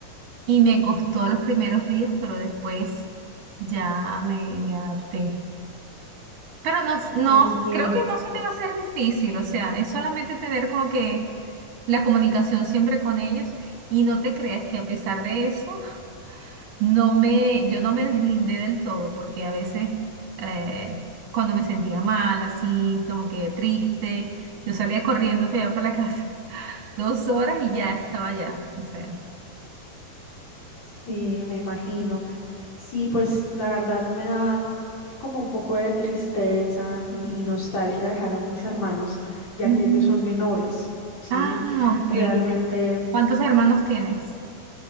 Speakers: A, on the right; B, on the left.
A: Y me costó los primeros días, pero después ya me, me adapté. Pero no, s- no,
B: Entiendo.
A: s- creo que no se te va a hacer difícil, o sea, es solamente tener como que la comunicación siempre con ellos y no te creas que a pesar de eso, no me, yo no me deslindé del todo, porque a veces eh, cuando me sentía mal, así, como que triste, yo salía corriendo para allá para la casa, <laughs> dos horas y ya estaba allá, o sea.
B: Sí, me imagino. Sí, pues la verdad me da como un poco de tristeza y, y nostalgia dejar a mis hermanos, ya
A: Ujú.
B: que ellos son menores, ¿sí?
A: Ah, ok.
B: Realmente
A: ¿Cuántos hermanos tienes?